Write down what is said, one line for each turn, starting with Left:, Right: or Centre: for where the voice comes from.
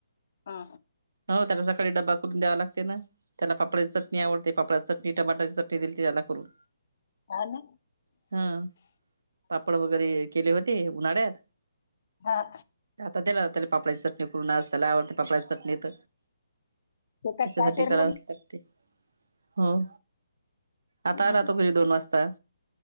Left: हा
Right: हो त्याला सकाळी ड्बा करून द्यावा लागत. ना त्याला पापडची चटणी आवडते पापडची चटणी टमाटाची चटणी दिलीते त्याला करून..
Left: हा ना
Right: हा पापड वगैरे.. केले उन्हाळ्यात
Left: हा
Right: आला.. पापडळाची चटणी करूनज त्याला आवडते पापळाची चटणीत..
Left: शेतात
Right: त्याच्यासाठी
Left: काय पेरलं
Right: कराच
Left: मग?
Right: ला ते हो.. आता
Left: हम्म.
Right: आला तो घरी दोन वाजता..